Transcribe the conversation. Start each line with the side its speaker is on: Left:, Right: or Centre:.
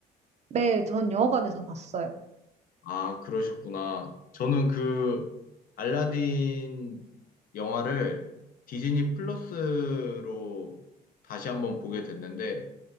Right: 네, 전 영화관에서 봤어요.
Left: 아, 그러셨구나. 저는 그 알라딘 영화를 디즈니 플러스로 다시 한번 보게 됐는데